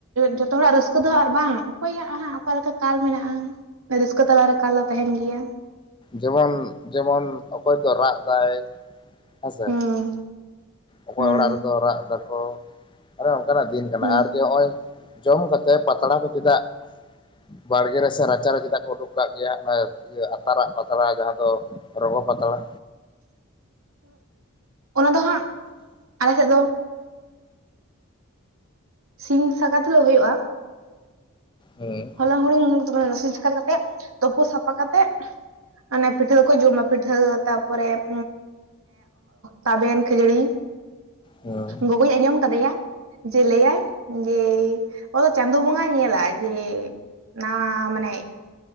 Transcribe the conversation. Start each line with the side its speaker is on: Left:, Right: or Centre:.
Right: ᱡᱷᱚᱛᱚ ᱦᱚᱲᱟᱜ ᱨᱟᱹᱥᱠᱟᱹ ᱫᱚᱦᱟᱸ ᱟᱨ ᱵᱟᱝ ᱚᱠᱚᱭᱟᱜ ᱦᱟᱸᱜ ᱚᱠᱟ ᱞᱮᱠᱟ ᱠᱟᱞ ᱢᱮᱱᱟᱜᱼᱟ ᱨᱟᱹᱥᱠᱟᱹ ᱛᱟᱞᱟᱨᱮ ᱠᱟᱞ ᱫᱚ ᱛᱟᱦᱮᱱ ᱜᱮᱭᱟ
Left: ᱡᱮᱢᱚᱱ ᱡᱮᱢᱚᱱ ᱚᱠᱚᱭ ᱫᱚ ᱨᱟᱜ ᱫᱟᱭ ᱦᱮᱸᱥᱮ
Right: ᱦᱩᱸ
Left: ᱚᱠᱚᱭ
Right: ᱦᱩᱸ
Left: ᱚᱲᱟᱜ ᱨᱮᱫᱚ ᱨᱟᱜ ᱫᱟᱠᱚ ᱚᱱᱮ ᱚᱱᱠᱟᱱᱟᱜ ᱫᱤᱱ ᱠᱟᱱᱟ
Right: ᱦᱩᱸ
Left: ᱟᱨ ᱡᱮ ᱱᱚᱜ ᱚᱭ ᱡᱚᱢ ᱠᱟᱛᱮᱫ ᱯᱟᱛᱲᱟ ᱠᱚ ᱪᱮᱫᱟᱜ ᱵᱟᱲᱜᱮ ᱨᱮᱥᱮ ᱨᱟᱪᱟᱨᱮ ᱪᱮᱫᱟᱜ ᱠᱚ ᱩᱰᱩᱠ ᱠᱟᱜ ᱜᱮᱭᱟ ᱚᱱᱟ ᱟᱛᱟᱨᱟᱜ ᱯᱟᱛᱲᱟ ᱡᱟᱦᱟᱸ ᱫᱚ ᱚ ᱯᱟᱛᱟᱲᱟ
Right: ᱚᱱᱟ ᱫᱚ ᱦᱟᱸᱜ ᱟᱞᱮ ᱥᱮᱫ ᱫᱚ ᱥᱤᱧ ᱥᱟᱠᱟᱛ ᱦᱤᱞᱳᱜ ᱦᱩᱭᱩᱜᱼᱟ
Left: ᱦᱮᱸ
Right: ᱦᱚᱞᱚᱝ ᱦᱩᱲᱩᱝ ᱨᱟᱥᱤᱱ <unintelligible> ᱥᱟᱠᱨᱟᱛ ᱠᱟᱛᱮᱜ ᱛᱩᱯᱩ ᱥᱟᱯᱷᱟ ᱠᱟᱛᱮᱫ ᱚᱱᱮ ᱯᱤᱴᱷᱟᱹ ᱠᱚ ᱡᱚᱢᱟ ᱯᱤᱴᱷᱟᱹ ᱛᱟᱨᱯᱚᱨᱮ ᱮᱜ ᱛᱟᱵᱮᱱ ᱠᱷᱟᱹᱡᱟᱹᱲᱤ
Left: ᱦᱮᱸ
Right: ᱜᱚᱜᱚᱭ ᱟᱸᱡᱚᱢ ᱠᱟᱫᱮᱭᱟ ᱡᱮ ᱞᱟᱹᱭᱟᱭ ᱡᱮ ᱚᱫᱚ ᱪᱟᱸᱫ ᱵᱚᱸᱜᱟᱭ ᱧᱮᱞᱟ ᱡᱮ ᱱᱟᱣᱟ ᱢᱟᱱᱮ